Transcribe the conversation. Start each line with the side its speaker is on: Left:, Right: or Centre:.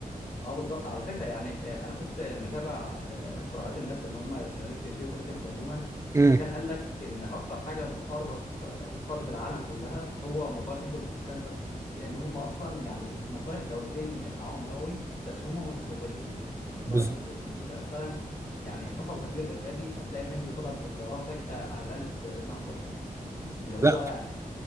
Left: اه بالظبط على فكره يعني آه، انا كنت متابع آه، قراءات الناس اللي هم شغالين في الجيوبوليتكس عموما
Right: امم
Left: وكان قال لك ان اكتر حاجه بتقرق آه، قاره العالم كلها هو موضوع الهند وباكستان ده لان هم اصلا يعني هم صحيح دولتين معاهم نووي بس هم متهورين لدرجه
Right: بز...
Left: ان انت مثلا يعني حصل تفجير ارهابي فتلاقي الهند طلعت بالطيران فجاه اعلنت انها تقصف اللي هو
Right: لا